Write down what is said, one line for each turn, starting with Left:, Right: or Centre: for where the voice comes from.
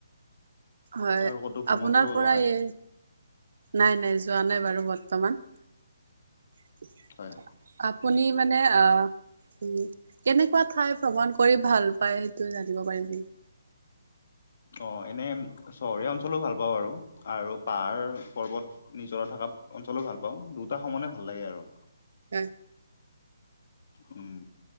Right: হয়
Left: আৰু ক'তো ভ্ৰমণ
Right: আপোনাৰ
Left: কৰিব
Right: পৰা
Left: যোৱা নাই?
Right: এই নাই নাই যোৱা নাই বাৰু বৰ্তমান। <inaudible>
Left: হয়
Right: আপুনি মানে অ। উ কেনেকুৱা ঠাই ভ্ৰমণ কৰি ভাল পায় সেইটো জানিব পাৰিম নে?
Left: অঁ এনেই চহৰীয়া অঞ্চলো ভাল পাওঁ বাৰু আৰু পাহাৰ পৰ্বত। নিজৰা থকা অঞ্চলো ভাল পাওঁ দুটা সমানে ভাল লাগে আৰু
Right: উম
Left: উম